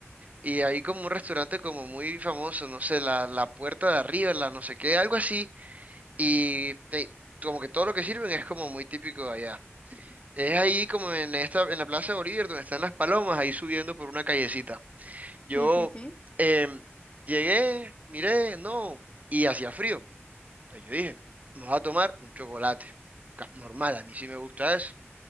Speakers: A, on the right; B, on the left.
A: Y hay como un restaurante como muy famoso, no sé, la, la puerta de arriba, la no sé qué, algo así. Y te- como que todo lo que sirven es como muy típico de allá. Es ahí como en esta, en la Plaza Bolívar, donde están las palomas, ahí subiendo por una callecita. Yo
B: Sí, sí, sí,
A: em, llegué, miré, no, y hacía frío. Entonces yo dije, vamos a tomar un chocolate. Ca- Normal, a mí sí me gusta eso.